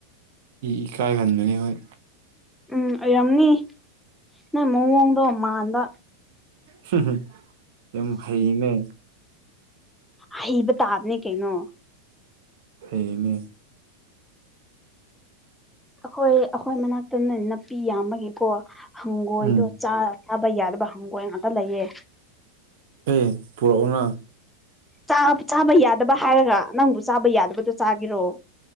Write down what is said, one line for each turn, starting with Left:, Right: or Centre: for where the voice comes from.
Right: ꯏꯀꯥꯏꯒꯟꯕꯅꯤ ꯍꯣꯏ
Centre: ꯎꯝ ꯑꯣꯏꯔꯝꯅꯤ ꯅꯪ ꯃꯑꯣꯡꯗꯣ ꯃꯥꯟꯕ
Right: <unintelligible> ꯌꯥꯝ ꯍꯩꯅꯦ
Centre: ꯍꯩꯕ ꯇꯥꯕꯅꯦ ꯀꯩꯅꯣ
Right: ꯐꯩꯌꯦꯅꯦ
Centre: ꯑꯩꯈꯣꯏ ꯑꯩꯈꯣꯏ ꯃꯅꯥꯛꯇꯅ ꯅꯥꯄꯤ ꯌꯥꯝꯕꯒꯤꯀꯣ ꯍꯪꯒꯣꯏꯗꯣ
Right: ꯎꯝ
Centre: ꯆꯥꯔ ꯆꯥꯕ ꯌꯥꯗꯕ ꯍꯪꯒꯣꯏ ꯉꯥꯛꯇ ꯂꯩꯌꯦ
Right: ꯑꯦ ꯄꯨꯔꯛꯑꯣꯅ
Centre: ꯆꯥꯕ ꯆꯥꯕ ꯌꯥꯗꯕ ꯍꯥꯏꯔꯒ ꯅꯪꯕꯨ ꯆꯥꯕ ꯌꯥꯗꯕꯗꯣ ꯆꯥꯒ‌ꯦꯔꯣ